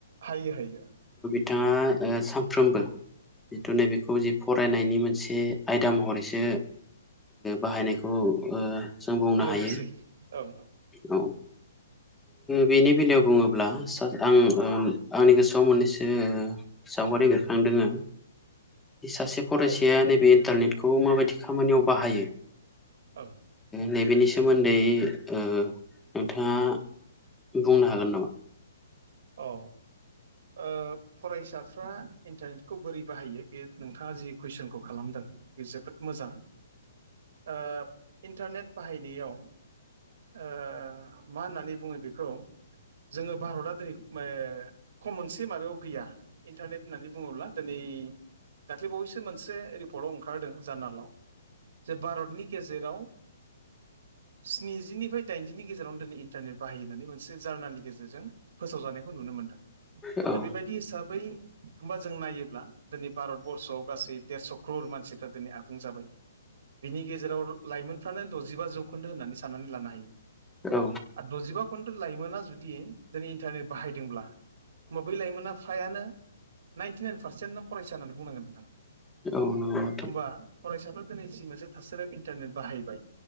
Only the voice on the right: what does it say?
हायो हायो।
नुयोसै
औ।
ओं औ
ओं
औ। ओ फरायसाफ्रा इन्टारनेटखौ बोरै बाहायो बे नोंथाङा जि कुइसनखौ खालामदों बे जोबोद मोजां ओ इन्टारनेट बाहायनायाव ओ मा होननानै बुङो बेखौ जोङो भारतआ दिनै ओ खम मोनसे माबायाव गैया इन्टारनेट होननानै बुङोब्ला दिनै दाखलै बावैसो मोनसे रिपर्टआव ओंखारदों <unintelligible> जे भारतनि गेजेराव स्निजिनिफ्राय दाइनजिनि गेजेरावनो दिनै इन्टारनेट बाहायो होननानै मोनसे जार्नालनि गेजेरजों जानायखौ नुनो मोनदों
दा बेबायदि हिसाबै होमबा जों नायोब्ला दिनै भारत बरर्ष'आव गासै देरस' क्रर मानसिफ्रा दिनै आबुं जाबाय। बिनि गेजेराव लाइमोनफ्रानो द'जिबा जौखोन्दो होननानै साननानै लानो हायो।
आरो द'जिबा खिनथु लाइमोना जुदि दिनै इन्टारनेट बाहायदोंब्ला होमबा बै लाइमोना फ्रायानो नाइनटि नाइन पारसेन्ट नों फरायसा होननानै बुंनांगोन।
होमबा फरायसाफ्रा दिनै जि मोनसे थासारियाव इन्टारनेट बाहायबाय